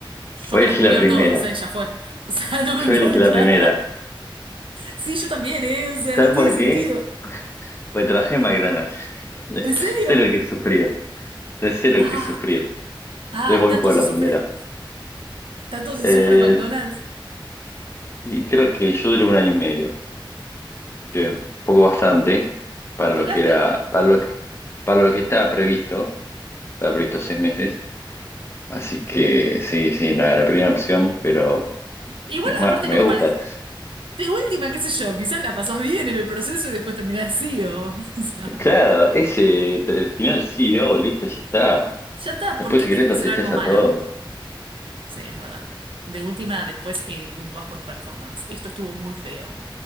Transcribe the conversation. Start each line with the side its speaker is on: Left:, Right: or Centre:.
Right: Yo
Left: voy
Right: me
Left: a
Right: los
Left: elegir
Right: culeo
Left: la primera.
Right: a todos, eh, ya fue. O sea, <laughs> no me
Left: Yo
Right: importa.
Left: elegí la primera.
Right: Sí, yo también, eh, o sea,
Left: ¿Sabes
Right: no tiene
Left: por
Right: sentido.
Left: qué? Pues trabajé en McDonald's. <laughs>
Right: ¿En serio?
Left: Sé lo que es sufrir. Entonces sé lo
Right: Ah,
Left: que es sufrir.
Right: ah,
Left: Entonces voy
Right: ¿y ¿tanto
Left: por
Right: se
Left: la
Right: sufre?
Left: primera.
Right: ¿Tanto se
Left: Eh,
Right: sufre en McDonald's?
Left: y creo que yo duré un año y medio. Que un poco bastante para
Right: Duraste...
Left: lo que era,
Right: un-
Left: para lo que, para lo que estaba previsto. Estaba previsto seis meses. Así que sí, sí, la, la primera opción, pero
Right: Igual,
Left: es más,
Right: aparte,
Left: me
Right: no me
Left: gusta.
Right: parece... De última, qué sé yo, quizás la pasás bien en el proceso y después terminás así, o, <laughs> o sea.
Left: Claro, ese, el final sí, oh, listo, ya está.
Right: Ya está,
Left: Después
Right: ¿por qué
Left: si
Right: tiene
Left: querés
Right: que
Left: los
Right: ser
Left: echás
Right: algo malo?
Left: a todos.
Right: Sí, es verdad. De última, después eh, puntuás por performance. Esto estuvo muy feo.